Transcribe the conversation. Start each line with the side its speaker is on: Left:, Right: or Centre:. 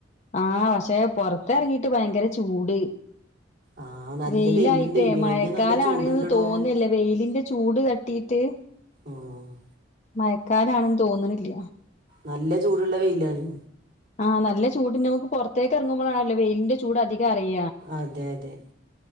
Left: ആഹ് പക്ഷേ പൊറത്തെറങ്ങീട്ട് ഭയങ്കര ചൂട്.
Right: ആ നല്ല
Left: വെയിലായിട്ടേ
Right: വെയിലുണ്ട് ഈ വെയിലിന്
Left: മഴക്കാലാണ്ന്ന്
Right: നല്ല ചൂടുണ്ടടോ
Left: തോന്നല്ല വെയിലിന്റെ ചൂട് തട്ട് ട്ടീറ്റ്
Right: ഉം
Left: മയക്കാലാണ്ന്ന് തോന്ന്ണില്ല.
Right: നല്ല ചൂട്ള്ള വെയിലാണ്.
Left: ആഹ് നല്ല ചൂട് ഇണ്ട് ഞമ്മക്ക് പൊറത്തേക്ക് എറങ്ങുമ്പളാണല്ലോ വെയിലിന്റെ ചൂ ചൂട് അതികറിയാ.
Right: അതെ, അതെ